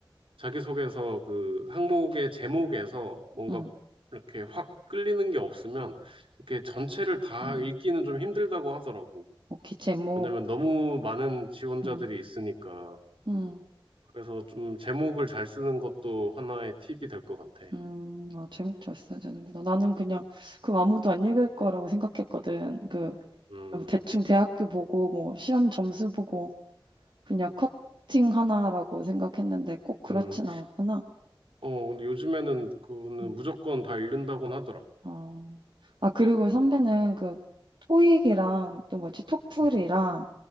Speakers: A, on the right; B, on the right.
A: 자기소개서 그 항목의 제목에서 뭔가
B: 응.
A: 이렇게 확 끌리는 게 없으면 이렇게 전체를 다
B: 응.
A: 읽기는 좀 힘들다고 하더라고.
B: 오케이 제목.
A: 왜냐면 너무 많은 지원자들이
B: 응,
A: 있으니까.
B: 응.
A: 그래서 좀 제목을 잘 쓰는 것도 하나의 팁이 될 것 같아.
B: 음, 아, 제목 잘 써야 되는구나. 나는 그냥 그 아무도 안 읽을 거라고 생각했거든. 그
A: 음,
B: 뭐 대충 대학교 보고 뭐 시험 점수 보고 그냥 커팅 하나라고 생각했는데 꼭 그렇진
A: 음.
B: 않구나.
A: 어, 근데 요즘에는 그거는
B: 음.
A: 무조건 다 읽는다고는 하더라.
B: 어. 아, 그리고 선배는
A: 음,
B: 그 토익이랑 또 뭐지? 토플이랑
A: 음,